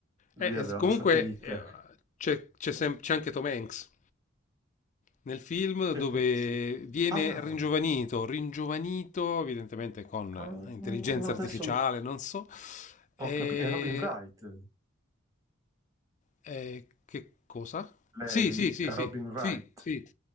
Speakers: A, on the right; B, on the left.
A: lui
B: Eh,
A: aveva
B: e s comunque,
A: la sua cricca.
B: ehm,
A: Comunque,
B: c'è c'è sem c'è anche Tom Hanks nel film
A: Cioè,
B: dove
A: che- sì.
B: viene
A: Ah,
B: ringiovanito, ringiovanito evidentemente con
A: ah,
B: intelligenza
A: no, adesso
B: artificiale,
A: mi-
B: non so,
A: ho
B: ehm,
A: capito, è Robin Wright,
B: eh, che cosa?
A: lei
B: Sì, sì, sì,
A: è
B: sì,
A: Robin Wright,
B: sì, sì,